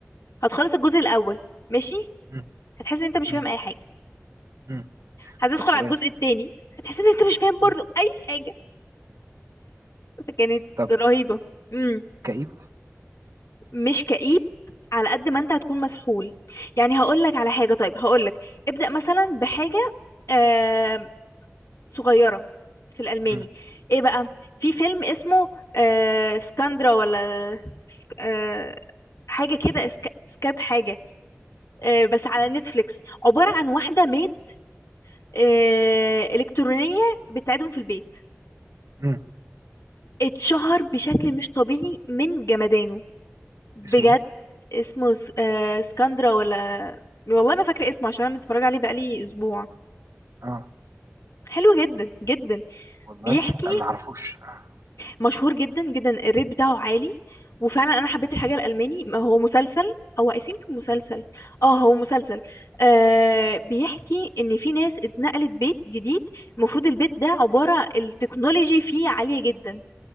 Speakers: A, on the left; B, on the right.
A: هتخلص الجزء الاول ماشي
B: مم،
A: هتحس ان انت مش
B: مم،
A: فاهم اي حاجه
B: مم.
A: هتدخل
B: طب سؤال
A: على الجزء التاني هتحس ان انت مش فاهم برضه
B: مم.
A: اي حاجه فكانت
B: طب
A: رهيبه امم
B: كئيب
A: مش كئيب على قد ما انت هتكون مسحول يعني هقول لك على
B: مم،
A: حاجه طيب هقول لك ابدأ مثلا بحاجه آه، صغيرة في الألماني
B: مم،
A: ايه بقى في فيلم اسمه آه سكاندرا ولا آه حاجة كده اسك- سكاد حاجة آه بس على
B: مم،
A: نتفليكس عبارة عن واحدة ميد آه إلكترونية بتساعدهم في البيت
B: مم.
A: اتشهر بشكل مش طبيعي من جمدانه بجد
B: اسمه ايه
A: اسمه س- آه سكاندرا ولا والله ما فاكرة اسمه عشان انا متفرجة عليه بقالي اسبوع
B: اه
A: حلو جدا جدا
B: والله
A: بيحكي
B: آه، ما اعرفوش اه
A: مشهور جدا جدا الريت بتاعه عالي وفعلا انا حبيت
B: مم،
A: الحاجه الالماني ما هو مسلسل او اي ثينك مسلسل
B: مم،
A: اه هو مسلسل آه بيحكي ان في ناس اتنقلت بيت جديد المفروض البيت ده عباره التكنولوجي فيه عاليه جدا